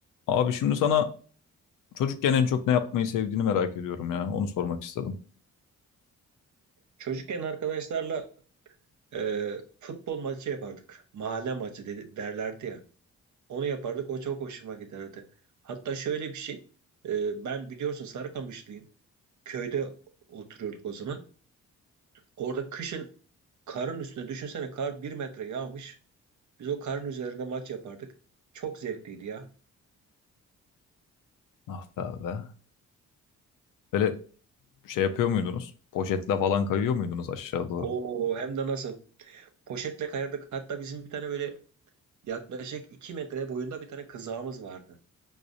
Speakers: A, on the left; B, on the right.
A: Abi şimdi sana çocukken en çok ne yapmayı sevdiğini merak ediyorum ya. Onu sormak istedim.
B: Çocukken arkadaşlarla e, futbol maçı yapardık. Mahalle maçı dedi, derlerdi ya. Onu yapardık. O çok hoşuma giderdi. Hatta şöyle bir şey. e, ben biliyorsun Sarıkamışlıyım. Köyde oturuyorduk o zaman. Orada kışın karın üstüne düşünsene kar bir metre yağmış. Biz o karın üzerinde maç yapardık. Çok zevkliydi ya.
A: Ah be abi. Böyle şey yapıyor muydunuz? Poşetle falan kayıyor muydunuz aşağı doğru?
B: O hem de nasıl. Poşetle kayardık. Hatta bizim bir tane böyle yaklaşık iki metre boyunda bir tane kızağımız vardı.